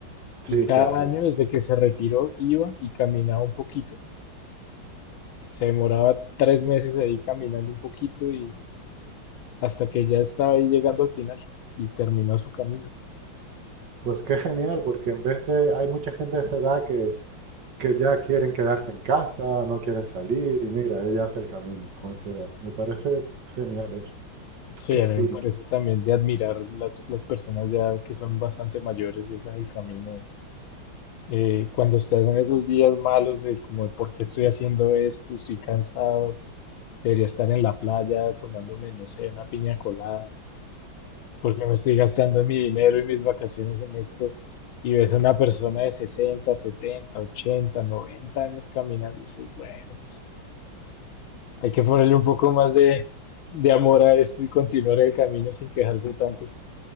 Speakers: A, on the right (about 60°); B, on the left (about 80°).
A: sí,
B: Y cada
A: claro.
B: año desde que se retiró iba y caminaba un poquito. se demoraba tres meses ahí caminando un poquito y hasta que ya estaba ahí llegando al final y terminó su camino.
A: Pues qué genial, porque en vez de, hay mucha gente de esa edad que que ya quieren quedarse en casa, no quieren salir y mira, ella hace el camino con esa edad. Me parece genial eso.
B: Sí,
A: Qué
B: a
A: espíritu.
B: mí me parece también de admirar las, las personas ya que son bastante mayores y están en el camino. Eh, cuando estás en esos días malos de como de por qué estoy haciendo esto, estoy cansado, debería estar en la playa tomándome, no sé, una piña colada porque me estoy gastando mi dinero y mis vacaciones en esto. Y ves a una persona de 60, 70, 80, 90 años caminando y dices, bueno, pues hay que ponerle un poco más de, de amor a esto y continuar el camino sin quejarse tanto.